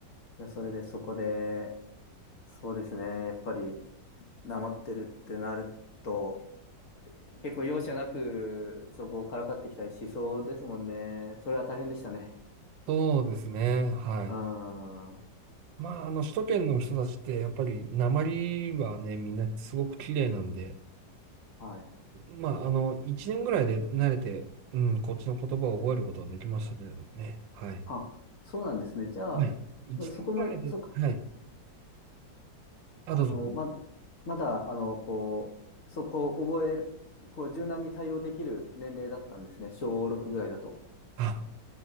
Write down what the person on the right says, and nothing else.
そうですね。はい。
まあ、あの、首都圏の人たちって、やっぱり、鉛はね、みんなすごく綺麗なんで、
まあ、あの、一年ぐらいで慣れて、うん、こっちの言葉を覚えることはできましたけれどもね。はい。
はい一年ぐらいで、
はい。あ、
どうぞ。
あ、